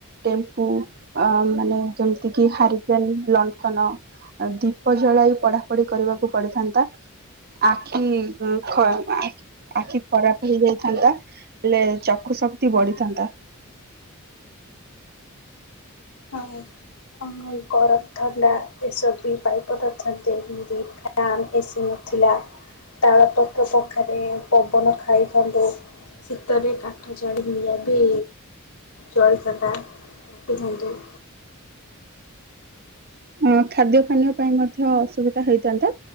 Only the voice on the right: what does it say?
ଟେମ୍ପୁ। ଅ ମାନେ ଯେମିତି କି ହାରିକେନ ଲଣ୍ଠନ। ଆଉ ଦୀପ ଜଳାଇ ପଢାପଢି କରିବାକୁ ପଡିଥାନ୍ତା। ଆଖି ଉଁ ଖ ଆଖି ଖରାପ ହେଇଯାଇଥାନ୍ତା ହେଲେ ଚକ୍ଷୁ ଶକ୍ତି ବଢିଥାନ୍ତା।
ଅ ଖାଦ୍ୟ ପାନୀୟ ପାଇଁ ମଧ୍ୟ ଅସୁବିଧା ହେଇଥାନ୍ତା।